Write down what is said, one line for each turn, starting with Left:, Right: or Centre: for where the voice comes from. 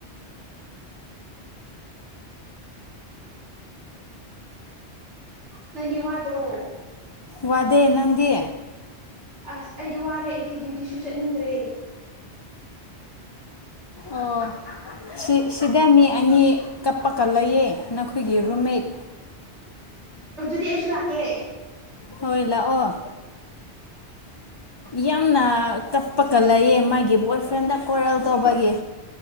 Right: ꯅꯪꯗꯤ ꯋꯥꯗ꯭ꯔꯣ
Left: ꯋꯥꯗꯦ ꯅꯟꯗꯤ
Right: ꯑꯁ ꯑꯩꯗꯤ ꯋꯥꯔꯦ ꯑꯩꯗꯤ ꯗ꯭ꯌꯨꯇꯤꯁꯨ ꯆꯠꯅꯤꯡꯗ꯭ꯔꯦ
Left: ꯑꯣ ꯁꯤ ꯁꯤꯗ ꯃꯤ ꯑꯅꯤ ꯀꯞꯄꯒ ꯂꯩꯑꯦ ꯅꯈꯣꯏꯒꯤ ꯔꯨꯝꯃꯦꯠ
Right: ꯑꯗꯨꯗꯤ ꯑꯩꯁꯨ ꯂꯥꯛꯀꯦ
Left: ꯍꯣꯏ ꯂꯥꯛꯑꯣ ꯌꯥꯝꯅ ꯀꯞꯄꯀ ꯂꯩꯌꯦ ꯃꯥꯒꯤ ꯕꯣꯏ ꯐ꯭ꯔꯦꯟꯗ ꯀꯣꯔꯦꯜ ꯇꯧꯕꯒꯤ